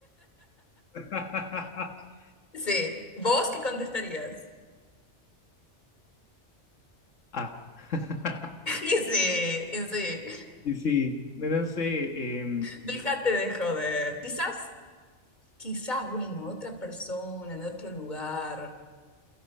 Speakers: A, on the left (about 85°); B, on the left (about 40°).
A: <laughs>
B: Sí. ¿Vos qué contestarías?
A: A. <laughs>
B: <laughs> Y sí, y sí.
A: Y sí, no no sé, eh,
B: Déjate de joder. Quizás, quizás, bueno, otra persona en otro lugar